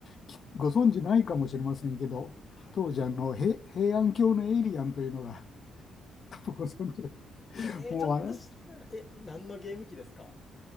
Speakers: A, on the left (about 50°); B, on the left (about 30°).
A: きご存知ないかもしれませんけど、
B: はい。
A: 当時あの、へ平安京のエイリアンというのが <laughs> ご存知で、
B: ええー、
A: もうあれ、
B: ちょっと知らないな。え、何のゲーム機ですか